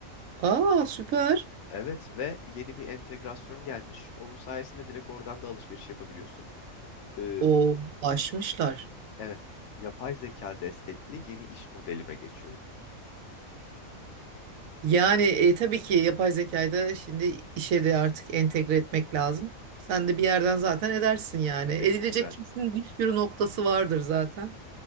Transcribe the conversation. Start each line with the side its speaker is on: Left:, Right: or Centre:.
Right: <laughs> Aa süper.
Left: Evet ve yeni bir entegrasyon gelmiş. Onun sayesinde direkt oradan da alışveriş yapabiliyorsun. Ee,
Right: O aşmışlar.
Left: evet yapay zeka destekli yeni iş modelime geçiyorum.
Right: Yani e, tabii ki yapay zekayı da şimdi işe de artık entegre etmek lazım. Sen de bir yerden zaten edersin yani. Edilecek
Left: Mecburen.
Right: kesin bir sürü noktası vardır zaten.